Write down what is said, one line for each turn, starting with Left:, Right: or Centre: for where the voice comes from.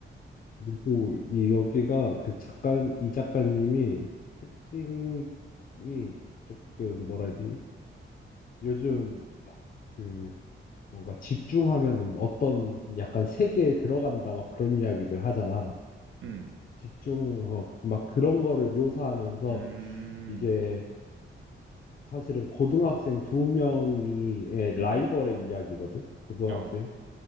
Left: 그리고 이 여기가 그 작가, 이 작가님이 특징이 조금 뭐라 해야 되지? 요즘 그 뭔가 집중하면은 어떤 약간 세계에 들어간다 막 그런 이야기들 하잖아.
Right: 음,
Left: 집중, 어, 그막 그런 거를 묘사하면서
Right: 음,
Left: 이게 사실은 고등학생 두 명이 의
Right: 음,
Left: 라이벌의 이야기거든. 고등학생.
Right: 어,